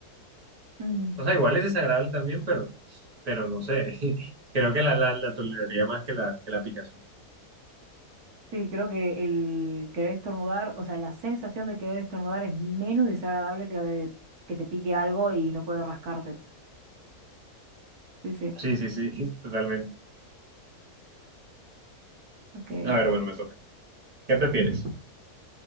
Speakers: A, on the right; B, on the right.
A: Mm.
B: O sea, igual es desagradable también, pero, pero no sé. <laughs> Creo que la, la, la toleraría más que la, que la picazón.
A: Sí, creo que el querer estornudar, o sea, la sensación de querer estornudar es menos desagradable que la de que te pique algo y no puedes rascarte. Sí, sí.
B: Sí, sí, sí, <laughs> totalmente.
A: Ok.
B: A ver, bueno, me toca. ¿Qué prefieres?
A: <laughs>